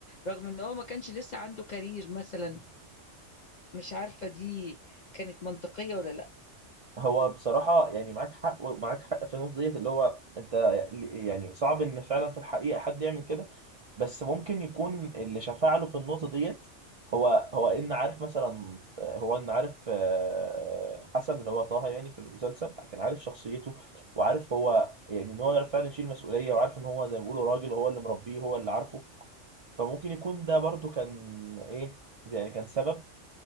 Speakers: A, on the left (about 60°); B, on the right (about 45°).
A: رغم ان هو ما كانش لسه عنده كارير مثلا مش عارفة دي كانت منطقية ولا لا
B: هو بصراحه يعني معاك حق ومعاك حق في النقطه ديت اللي هو انت يعني يعني صعب ان فعلا في الحقيقه حد يعمل كده بس ممكن يكون اللي شفع له في النقطة ديت هو هو ان عارف مثلا هو ان عارف آه، آه، حسن اللي هو طه يعني في المسلسل كان عارف شخصيته وعارف هو يعني ان هو يعرف فعلا يشيل مسؤولية وعارف ان هو زي ما بيقولوا راجل هو اللي مربيه هو اللي عارفه فممكن يكون ده برضو كان ايه يعني كان سبب